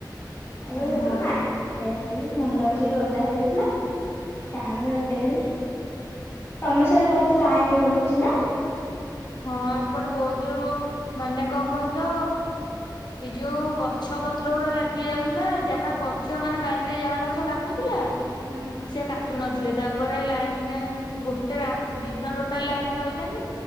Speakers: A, on the left; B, on the left.
A: ଆଗେ
B: ଓହୋ
A: ସେ ଦିନମୁ ଆଗେ ପ ଆସିଲି ମୁଣ୍ଡରେ ଟିକେ ଅଦା ହେଇଯାଇଥିଲା। ଫ୍ୟାନରେ ରଖେଇଦେଲି ତମ ସାଇରେ ବହୁତ୍ ଲାଇନ୍ କଟୁଛି ନା
B: ହଁ ଏପଟେ ବହୁଜୁ ମାନେ କଣ କହିଲ। ଏଇ ଯୋଉ ଗଛ ପତ୍ର ଊରା ଲାଗି ଯାଉଥିଲା ଯାହା ଗଛ ମାନେ ବାରିରେ ଯାହା ଗଛ ଲାଗୁଥିଲା।
A: ହୁଁ
B: ସେ କାଟୁ ନ ଲେ ତାପରେ ଲାଇନ୍ ମ୍ୟାନ ଗୋଟେ ରାଦିନଟୋଟାଲି ଲାଇନ୍ ରହିଲାନି।